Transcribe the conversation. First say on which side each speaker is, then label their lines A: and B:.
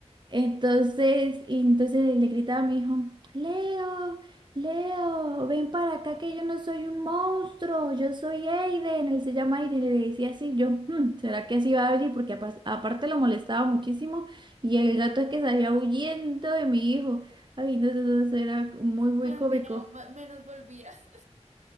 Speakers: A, on the right; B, on the right.
A: Entonces, y entonces le gritaba a mi hijo, Leo, Leo, ven para acá que yo no soy un monstruo, yo soy Aiden, él se llama Aiden, y le decía así, yo, "Hmm, ¿será que así va a venir? Porque apa- aparte lo molestaba muchísimo y el gato que salía huyendo de mi hijo. Ay, no, eso, eso era muy, muy
B: Más
A: cómico.
B: bien, ma- menos volvía. <laughs>